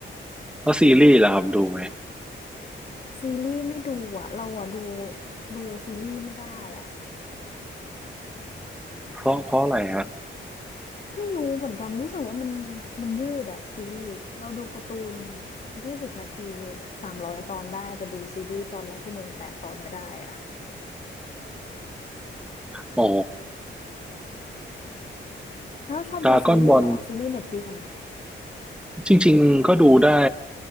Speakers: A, in the centre; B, on the left.
A: แล้วซีรีส์ล่ะครับดูไหม
B: ซีรีส์ไม่ดูอะเราอะดูดูซีรีส์ไม่ได้อะ
A: เพราะเพราะอะไรฮะ
B: ไม่รู้เหมือนกันรู้สึกว่ามันมันยืดอะซีรีส์เราดูการ์ตูนยี่สิบนาทีสามร้อยตอนได้แต่ดูซีรีส์ตอนละชั่วโมงแปดตอนไม่ได้อะ
A: อ๋อ
B: แล้วชอบดูซีรีส์เหรอซีรีส์เน็ตฟลิกอะนะ
A: ดร a ก o n b a จริงๆก็ดูได้